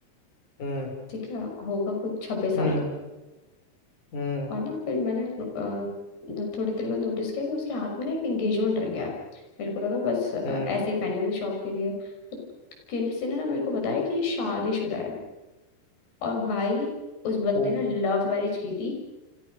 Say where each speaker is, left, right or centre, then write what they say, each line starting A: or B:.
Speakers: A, on the left (about 45°); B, on the left (about 70°).
A: हम्म
B: ठीक है होगा कुछ छब्बीस साल
A: हम्म
B: का
A: हम्म
B: और ना फिर मैंने अ, न- थोड़ी देर बाद नोटिस किया कि उसके हाथ में ना एक एंगेजमेंट रिंग है मेरे को लगा बस अ,
A: हम्म
B: ऐसे ही पहनी होगी शौक के लिए तो किसी ने ना मेरे को बताया कि ये शादीशुदा है और भाई उस बंदे
A: को
B: ने लव मैरिज की थी